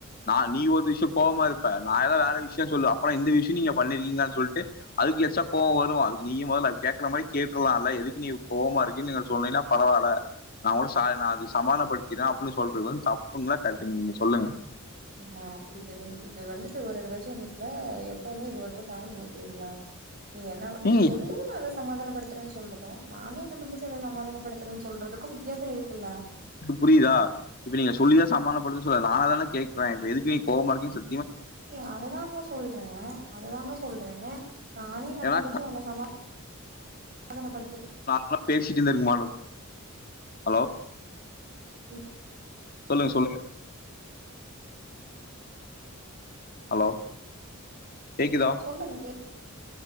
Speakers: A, on the left; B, on the right.
A: நா நீ ஒரு விஷயோ கோவமா இருப்ப நா எதாவ்து வேற விஷயோ சொல்லுவ அப்ப இந்த விஷயோ நீங்க பண்ணிருக்கீங்களான்னு சொல்ட்டு அதுக்கு எக்ஸ்ட்ரா கோவோ வரு அதுக்கு நீயே மொதல்ல கேக்கற மாரி கேட்ருலா இல்ல எதுக்கு நீ கோவமா இருக்கயின்னு நீங்க சொன்னீங்கன்னா பரவால்ல நா கூட சாரி நா அது சமாதானப்படுத்தியிர்றே அப்டின்னு சொல்றது வந்து தப்புங்ளா கரெக்டுங்ளா நீங்க சொல்லுங்க
B: என்ன இது இது வந்துட்டு ஒரு ரிலேஷன்ஷிப்ல எப்பவுமே இது ஒர்க் அவுட் ஆகுன்னு நெனைக்கிறீங்களா நீ என்ன நீ
A: ம்
B: சொல்லு நா அத சமாதானப்படுத்துறேன்னு சொல்றதா நானே கண்டுபிடிச்சு
A: <inaudible>
B: அத சமாதானப்படுத்துறேன்னு சொல்றதுக்கு வித்தியாச இருக்குல்ல
A: புரியுதா இப்ப நீங்க சொல்லிதா சமானப் படுத்தறேன்னு சொல்லல நானாதான கேக்குறே இப்ப எதுக்கு நீ கோவமா இருக்கயின்னு ச
B: ஏ அததாங்க சொல்றே அததாங்க சொல்றே நானே கண்டுபுடிச்சு
A: ஏன்னா
B: உன்ன சமாதானப்படுத்திட
A: இந்த மார பேசிட்டு இருந்திருக்குமாலு ஹலோ
B: ம்
A: சொல்லுங்க சொல்லுங்க ஹலோ கேக்குதா
B: சொல்லுங்க